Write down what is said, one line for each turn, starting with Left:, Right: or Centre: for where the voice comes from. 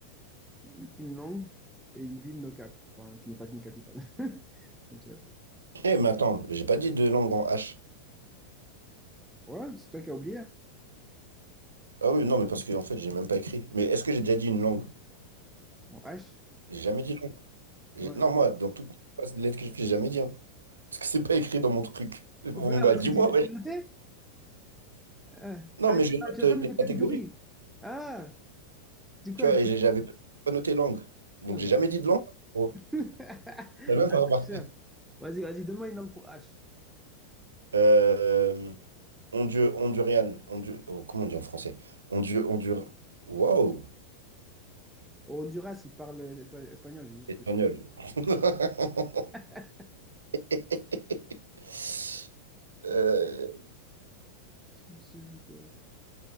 Centre: une langue et une ville no cap, enfin qui n'est pas qu'une capitale. <laughs> Comme tu l'appelles.
Right: Eh, mais attends, j'ai pas dit de langue en H.
Centre: Ouais, c'est toi qui as oublié.
Right: Ah oui, non, mais parce qu'en fait, j'ai même pas écrit. Mais est-ce que j'ai déjà dit une langue?
Centre: En H.
Right: J'ai jamais dit langue. J'ai-
Centre: Ouais.
Right: Non, moi, dans toutes les lettres que j'ai fait, j'ai jamais dit. hein. Parce que c'est pas écrit dans mon truc.
Centre: Oh,
Right: Mon
Centre: Ah,
Right: gars,
Centre: parce
Right: dis-moi.
Centre: que tu,
Right: ouais.
Centre: tu notais? Ah,
Right: Non,
Centre: ah,
Right: mais
Centre: tu,
Right: je note
Centre: ah, tu n'as
Right: euh,
Centre: pas mis
Right: les
Centre: de
Right: catégories,
Centre: catégorie. Ah, dis quoi?
Right: tu vois, et j'ai- j'avais pas noté langue. Donc,
Centre: Attends,
Right: j'ai
Centre: j'ai
Right: jamais
Centre: pas... compris.
Right: dit de langue. Oh,
Centre: <laughs> Ah,
Right: t'as même pas remarqué.
Centre: tricheur. Vas-y, vas-y, donne-moi une langue pour H.
Right: Euh, Hondu- Hondurian. Hondu- oh, comment on dit en français? Hondu- Hondur... Waouh!
Centre: Au Honduras, ils parlent euh, espagnol, c'est juste
Right: Espagnol.
Centre: que je parle.
Right: <laughs>
Centre: <laughs>
Right: <laughs> Euh,
Centre: Tu- tu- putain.